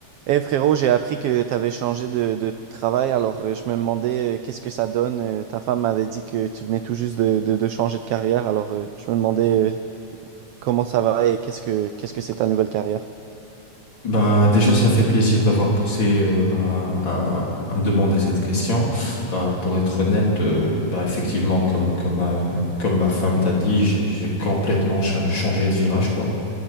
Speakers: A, on the right; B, on the left.
A: Eh frérot, j'ai appris que t'avais changé de, de travail, alors euh, je me demandais euh, qu'est-ce que ça donne. euh, ta femme m'avait dit que tu venais tout juste de, de- de changer de carrière, alors euh, je me demandais euh, comment ça va et qu'est-ce que qu'est-ce que c'est ta nouvelle carrière.
B: Bah, déjà, ça fait plaisir d'avoir pensé euh, bah, à, à me demander cette question. Bah, pour être honnête, euh, bah, effectivement, comme, comme, euh, comme ma femme t'a dit, j'ai, j'ai complètement cha- changé de virage, quoi.